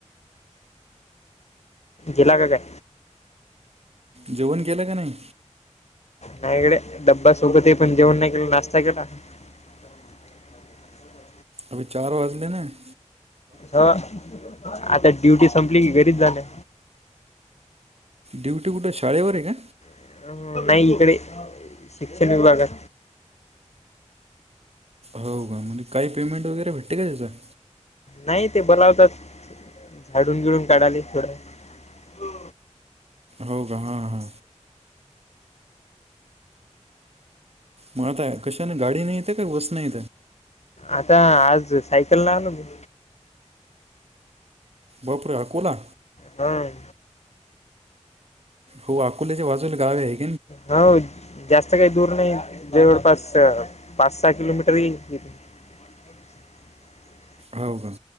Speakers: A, on the left; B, on the right.
A: जिल्हा की काय?
B: जेवण केलं का नाही?
A: नाही इकडे डब्बा सोबत आहे. पण जेवण नाही केलं नाश्ता केला. ह <inaudible>
B: अभी चार वाजले ना. !
A: हं आता ड्युटी संपली की घरीच जाणार.
B: ड्युटी कुठे? शाळेवर आहे का?
A: अं, नाही इकडे शिक्षण विभागात.
B: हो का म्हणजे काही पेमेंट वगैरे भेटते का त्याचा?
A: नाही ते बोलावतात झाडून बिडून काढायला थोडं. हो.
B: हो का? हा हा. मग आता कशाने गाडीने येता का? बस ने?
A: आता आज सायकलन आलो ब.
B: बापरे! हा आकोला.
A: हं!
B: हो. अकोल्याच्या बाजूला गाव हाय एक.
A: हो जास्त काही. दूर नाही जवळपास पाच, सहा किलोमीटर येईल. <unintelligible>
B: हो का?